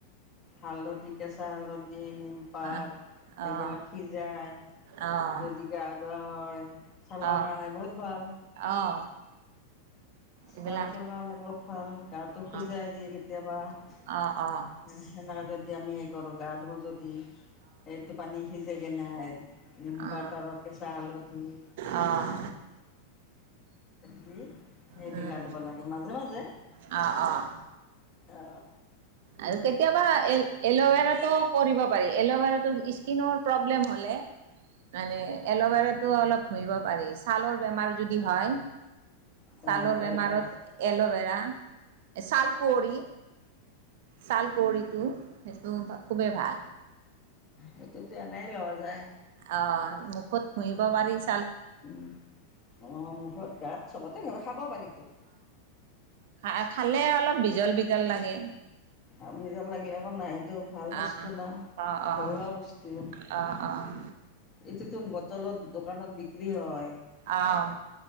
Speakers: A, on the left; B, on the right.
A: হালধি কেঁচা হালধি। নিমপাত
B: অ', অ',
A: এইবিলাক সিজাই
B: অ',
A: যদি গা ধোৱা হয় ছালৰ
B: অ',
A: কাৰণে বহুত ভাল।
B: অ', এইবিলাক
A: ছালটোৰ কাৰণে বহু ভাল গাটো শুজাই
B: অ',
A: দি কেতিয়াবা সেনেকা
B: অ', অ',
A: যদি। এতিয়া আমি হেই কৰোঁ। গা ধো যদি সেইটো পানী সিজে কি নাই নিমপাত
B: অ',
A: আৰু কেঁচা হালধি
B: অ', অ',
A: দি সেই
B: উম
A: দি গা ধুব লাগে । মাজে, মাজে
B: অ, অ
A: অহ।
B: আৰু কেতিয়াবা এ এল'ভেৰা কৰিব পাৰি এল'ভেৰাত স্কিনৰ প্ৰব্লেম হ'লে মানে এল'ভেৰাতটো অলপ ঘহিব পাৰি ছালৰ বেমাৰ যদি হয়।
A: অ'
B: ছালৰ বেমাৰত
A: এল এল
B: এল'ভেৰা ছাল কুঁৱৰী । ছালকঁৱৰীটো সেইটো খুবেই ভাল।
A: সেইটোতো এনেই লোৱা যায়।
B: অ মুখত ঘুহিব পাৰিছ।
A: উম, অ মুখত তাতছ চবতে নাখাব পানীতো।
B: খ খালে অলপ বেছি বিজল বিজয় লাগে।
A: আমি যেন লাগিলে অক নাইতো ভাল বস্তু
B: অ',
A: নহ
B: অ', অ'।
A: ঘৰুৱা বস্তু।
B: অ', অ',
A: এইটো তোন বটলত দোকানত বিক্ৰী হয়।
B: অ',